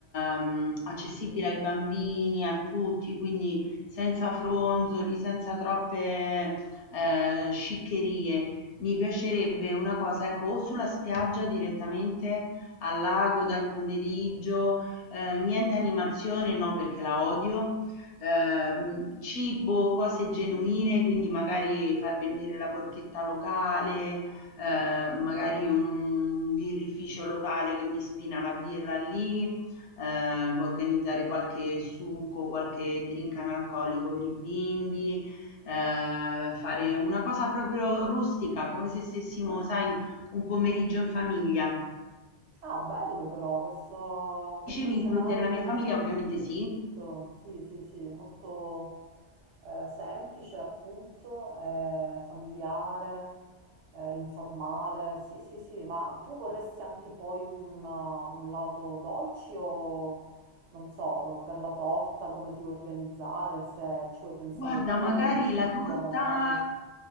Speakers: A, on the left (about 75°); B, on the right (about 80°).
A: ehm, accessibile ai bambini, a tutti, quindi senza fronzoli, senza troppe eh, sciccherie. Mi piacerebbe una cosa, ecco, o sulla spiaggia direttamente al lago dal pomeriggio, eh, niente animazione, no, perché la odio. Ehm, cibo, cose genuine, quindi magari far venire la porchetta locale, eh, magari un birrificio locale che mi spina la birra lì, eh, organizzare qualche succo, qualche drink analcolico per i bimbi, eh, fare una cosa proprio rustica, come se stessimo, sai, un pomeriggio in famiglia.
B: Ah, bello però questo, questo
A: Dicevi
B: scenario
A: includere la
B: che
A: mia
B: mi
A: famiglia?
B: hai
A: Ovviamente
B: dipinto.
A: sì.
B: Sì, sì, sì, molto eh, semplice appunto, eh, familiare, eh, informale. Sì, sì, sì, ma tu vorresti anche poi un, un lato dolci o non so, per la torta come ti vuoi organizzare, se ci vuoi pensare
A: Guarda,
B: tu
A: magari
B: o vuoi che ce
A: la
B: ne occupiamo
A: torta
B: noi?